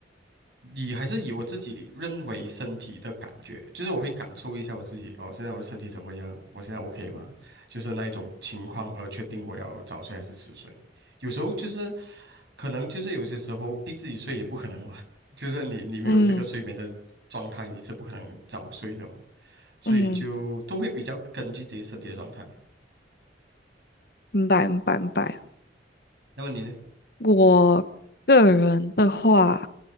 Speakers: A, on the right; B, on the left.
A: 以还是以我自己认为身体的感觉，就是我会感受一下我自己哦，现在我的身体怎么样？我现在 OK 吗？就是那一种情况而确定我要早睡还是迟睡。有时候就是可能就是有些时候逼自己睡也不可能嘛，<laughs> 就是你你没有这个睡眠的状态，
B: 嗯
A: 你是不可能早睡的嘛，所以就都会比较根据自己身体的状态。
B: 嗯，明白明白明白。
A: 那么你呢？
B: 我个人的话，